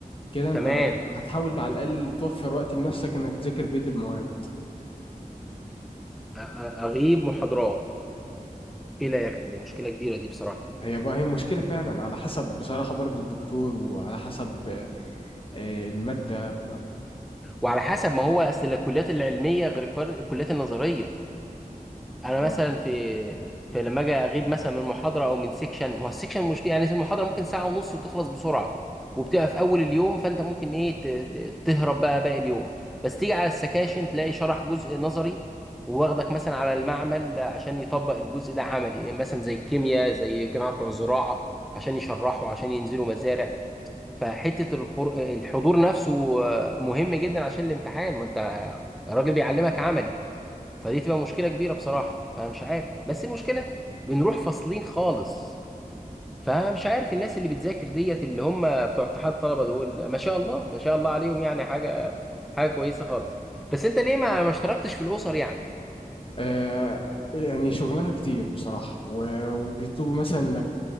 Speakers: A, on the left; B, in the centre.
A: كده انت
B: تمام
A: هتحاول على الاقل توفر وقت لنفسك انك تذاكر بيد المواد
B: أ- أ- اغيب محاضرات مشكله يا اخي دي مشكله كبيره دي بصراحه
A: هي بقى هي مشكله فعلا على حسب بصراحه برضو الدكتور وعلى حسب آه، الماده
B: وعلى حسب ما هو اصل الكليات العلميه غير الكوار- الكليات النظريه انا
A: ف...
B: مثلا في في لما اجي اغيب مثلا من محاضره او من سيكشن ما هو السيكشن مشكله يعني المحاضره ممكن ساعه ونص وتخلص بسرعه وبتبقى في اول اليوم فانت ممكن ايه ت- ت- تهرب بقى باقي اليوم بس تيجي على السكاشن تلاقي شرح جزء نظري وواخدك مثلا على المعمل عشان يطبق الجزء ده عملي يعني مثلا زي الكيمياء زي الجماعه بتوع الزراعه عشان يشرحوا عشان ينزلوا مزارع فحته الخر- الحضور نفسه آه، مهم جدا عشان الامتحان ما انت الراجل بيعلمك عملي فدي تبقى مشكله كبيره بصراحه فمش عارف بس المشكله بنروح فاصلين خالص فمش عارف الناس اللي بتذاكر ديت اللي هم بتوع اتحاد الطلبه دول ما شاء الله ما شاء الله عليهم يعني حاجه حاجه كويسه خالص بس انت ليه ما ما اشتركتش في الاسر يعني
A: آه، يعني شغلها كتير بصراحة و- وبيطلبوا مثلا انك